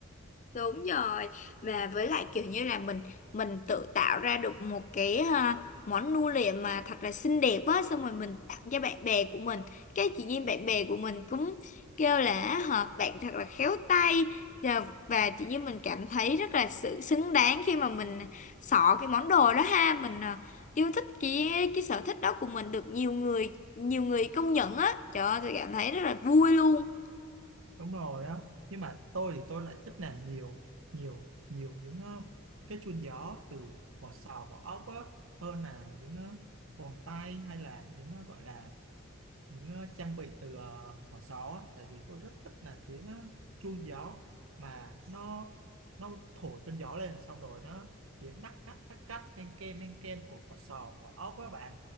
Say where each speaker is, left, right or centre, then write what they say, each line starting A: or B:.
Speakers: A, on the left (about 35°); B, on the right (about 75°).
A: Đúng rồi và với lại kiểu như là mình mình tự tạo ra được một cái ha, món nu liệm mà thật là xinh đẹp á xong rồi mình tặng cho bạn bè của mình cái chị nhiên bạn bè của mình cũng kêu là họ bạn thật là khéo tay và, và chị nhiên mình cảm thấy rất là sự xứng đáng khi mà mình xỏ cái món đồ đó ha mình à, yêu thích cái cái sở thích đó của mình được nhiều người nhiều người công nhận á trời ơi tôi cảm thấy rất là vui luôn
B: đúng rồi á nhưng mà tôi thì tôi lại thích làm nhiều nhiều nhiều những ờ, cái chuông gió từ vỏ sò vỏ ốc á hơn là những ờ, vòng tay hay là những ờ, gọi là những ờ, trang bị từ ờ, vỏ sò á, tại vì tôi rất thích là tiếng ờ, chuông gió mà nó nó thổi cơn gió lên xong rồi nó tiếng nắc cắt nắc cắt nên ken nên ken của vỏ sò của ốc các bạn